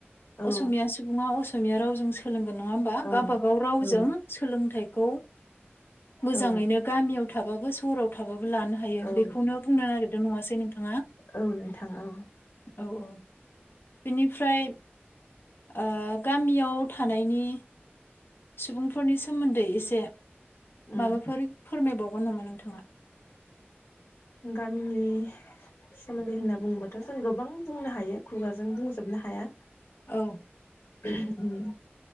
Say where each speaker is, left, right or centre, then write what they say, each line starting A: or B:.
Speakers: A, on the left; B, on the left.
A: औ
B: असमिया सुबुङा अस असिया रावजों सोलों नंङा होमबा
A: ओं
B: गावबा गाव रावजों
A: औ
B: सोलोंथायखौ मोजांयैनो
A: औ
B: गामियाव थाबाबो सह'राव थाबाबो लानो हायो
A: औ
B: बेखौनो बुंनो नागेरदों नङासझ नोंथाङा?
A: औ नोंथां औ
B: औ औ बेनिफ्राय ओ गामि याव थानायनि सुबुंफोरनि सोमोन्दै एसे
A: उम
B: माबाफोर फोरमायबाव अनोमोन नोंथाङा।
A: गामिनि सेमोन्दै होनना बुंनोङोबाथ' जों गोबां बुंनो हायो खुगाजों बुंजोबनो हाया।
B: औ
A: <unintelligible>